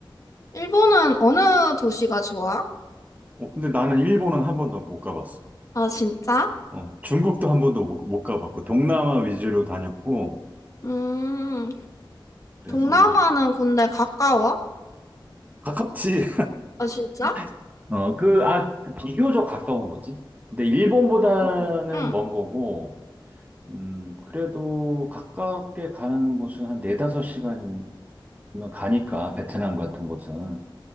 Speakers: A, on the left; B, on the right.
A: 일본은 어느 도시가 좋아?
B: 어, 근데 나는 일본은 한 번도 못 가봤어.
A: 아, 진짜?
B: 어, 중국도 한 번도 못, 못 가봤고 동남아 위주로 다녔고
A: 음,
B: 그래서
A: 동남아는 근데 가까워?
B: 가깝지.
A: 아, 진짜?
B: <laughs> 어, 그, 아, 그 비교적 가까운 거지. 근데 일본보다는
A: 응. 응.
B: 먼 거고. 음, 그래도 가깝게 가는 곳은 한 네다섯 시간이면 가니까, 베트남 같은 곳은.